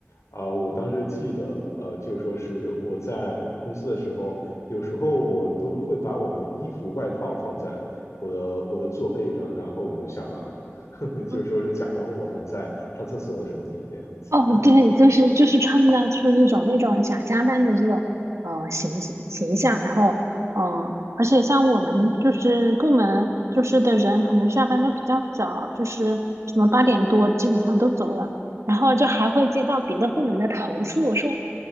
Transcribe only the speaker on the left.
啊、我当时记得，呃，就说是我在公司的时候，有时候我都会把我的衣服、外套放在我的我的座背上，然后我就下班了。<laughs> 就说是假装我还在上厕所什么的这样子。